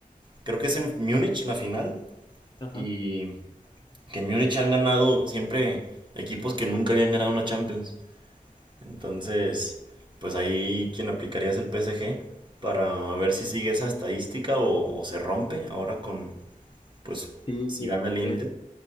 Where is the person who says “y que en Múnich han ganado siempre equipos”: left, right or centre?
Right